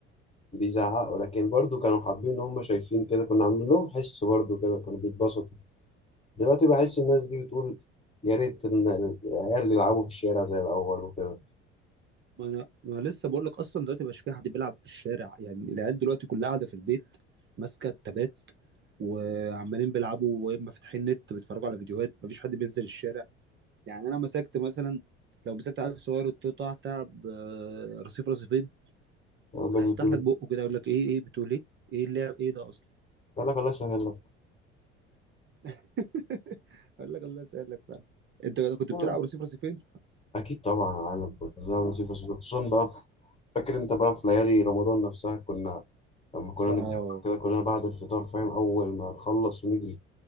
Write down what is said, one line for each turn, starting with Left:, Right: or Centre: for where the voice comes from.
Left: بيزعقوا لكن برضو كانوا حابين ان هم شايفين كده كنا عاملين لهم حس برضو كده كانوا بيتبسطوا دلوقتي بحس الناس دي بتقول يا ريت ان العيال يلعبوا في الشارع زي الاول وكده
Right: ما انا ما أنا لسه بقول لك اصلا دلوقتي مش في حد بيلعب في الشارع يعني العيال دلوقتي كلها قاعده في البيت ماسكه التابات وعمالين بيلعبوا واما فاتحين نت بيتفرجوا على فيديوهات مفيش حد بينزل الشارع يعني انا مسكت مثلا لو مسكت عيل صغير قلت له تعرف تلعب آه، رصيف رصيفين
Left: يقول لك
Right: هيفتح
Left: بتقول
Right: لك
Left: إيه؟
Right: بقه كده يقول لك ايه ايه بتقول ايه ايه اللعب ايه ده اصلا
Left: يقول لك الله يسهل لك
Right: <laughs> اقول لك الله يسهل لك بقى انت كنت
Left: آه.
Right: بتلعب رصيف رصيفين
Left: اكيد طبعا يا معلم كنت بنعمل وظيفه صعبة. خصوصا بقى في فاكر انت بقى في ليالي رمضان نفسها كنا لما كنا
Right: اه
Left: نتجمع كده كلنا بعد الفطار فاهم اول ما نخلص ونجري